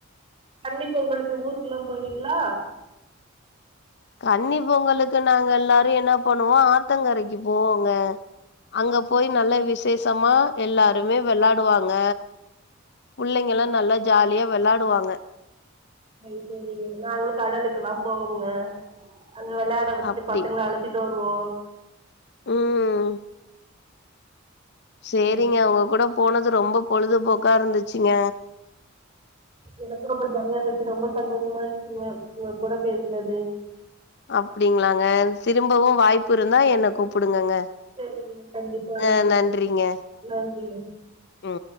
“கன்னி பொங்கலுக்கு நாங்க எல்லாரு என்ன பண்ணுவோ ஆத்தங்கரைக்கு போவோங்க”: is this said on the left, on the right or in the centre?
Left